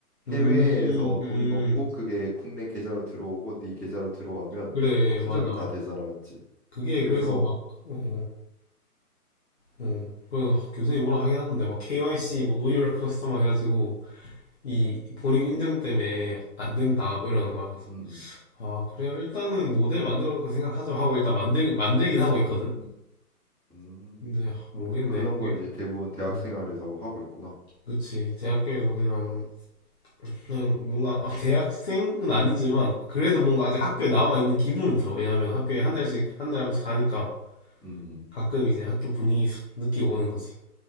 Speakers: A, in the centre; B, on the left.
A: 해외에서
B: 음, 음,
A: 돈 넣고 그게 국내 계좌로 들어오고 네 계좌로 들어가면
B: 그래,
A: 추적이
B: 맞아.
A: 다 되잖아, 맞지?
B: 그게
A: 그래서
B: 그래서 막, 어, 어, 어. 그래서 교수님이 뭐라 하긴 하는데, 막 KYC, 뭐, Know Your Customer 해가지고, 이 본인 인증 때문에 안 된다,
A: 음,
B: 뭐 이러는 거야. 그래서,
A: 음, 음.
B: 아, 그래요? 일단은 모델 만들어 놓고 생각하죠 하고 일단 만들, 만들긴 하고
A: 음.
B: 있거든?
A: 음,
B: 근데, 아, 모르겠네.
A: 그런 걸
B: 이게,
A: 이제 대부분 대학
B: 음.
A: 생활에서 하고 있구나.
B: 그치. 대학교에서 그냥, 그냥 뭔가, 어, 대학생은 아니지만, 그래도 뭔가 아직 학교에 남아있는 기분은 들어. 왜냐면 학교에 한 달씩, 한 달에 한 번씩 가니까,
A: 음,
B: 가끔 이제 학교 분위기 싹 느끼고 오는 거지.